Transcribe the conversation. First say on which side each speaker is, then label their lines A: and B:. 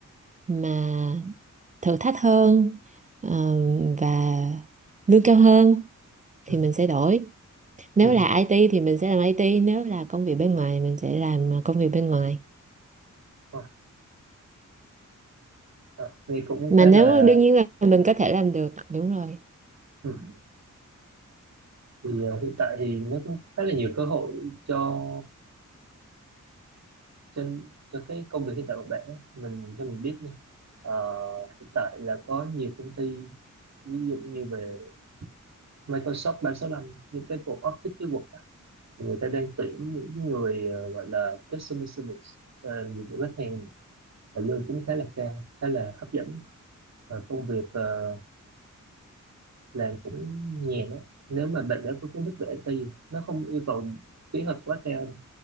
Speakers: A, on the right; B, on the right.
A: mà thử thách hơn ờ, và lương cao hơn thì
B: ừ.
A: mình sẽ đổi nếu
B: Ừ.
A: là IT thì mình sẽ làm IT nếu là công việc bên ngoài mình sẽ làm ờ, công việc bên ngoài
B: Ờ, ờ, Nghe cũng
A: mà
B: khá
A: nếu
B: là
A: đương nhiên là mình có thể làm được đúng rồi
B: ừ. thì ờ, hiện tại thì nó cũng khá là nhiều cơ hội cho trên cho cái công việc hiện tại của bạn ấy, mình theo mình biết nha ờ, hiện tại là có nhiều công ty ví dụ như về Microsoft 365 những cái bộ Office cái Word á, người ta đang tuyển những người ờ, gọi là customer service làm dịch vụ khách hàng và lương cũng khá là cao khá là hấp dẫn và công việc ờ, làm cũng nhàn á nếu mà bạn đã có kiến thức về IT nó không yêu cầu kỹ thuật quá cao đâu.